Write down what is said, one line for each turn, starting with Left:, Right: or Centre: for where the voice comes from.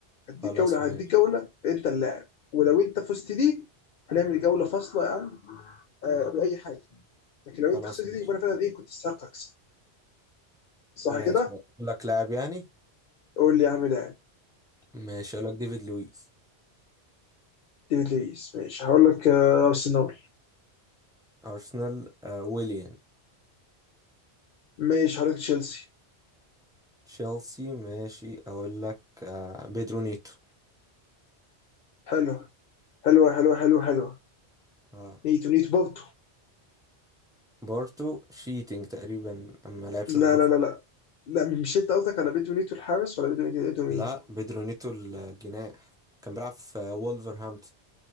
Left: هديك
Centre: خلاص
Left: جولة
Centre: ماشي
Left: هديك جولة انت اللاعب ولو انت فزت دي هنعمل جولة فاصلة يا عم آه باي حاجه لكن لو
Centre: خلاص
Left: انت خسرت
Centre: ماشي
Left: دي يبقى انا فعلا ايه كنت استحق اكسب صح
Centre: ماشي
Left: كده؟
Centre: أقول لك لاعب يعني
Left: قول لي يا عم لاعب
Centre: ماشي اقول لك ديفيد لويس
Left: ديفيد لويس ماشي هقول لك آه، ارسنال
Centre: ارسنال آه ويليان
Left: ماشي هقول لك تشيلسي
Centre: تشيلسي ماشي اقول لك آه بيدرو نيتو
Left: حلو حلو حلو حلو حلو
Centre: آه
Left: نيتو نيتو بورتو
Centre: بورتو شيتنج تقريبا اما لعبش
Left: لا
Centre: في بورتو
Left: لا لا لا لا مش انت قصدك على بيتو نيتو الحارس ولا بيتو نيتو نيتو مين؟
Centre: لا بيدرو نيتو الجناح كان بيلعب في آه، وولفرهامبتون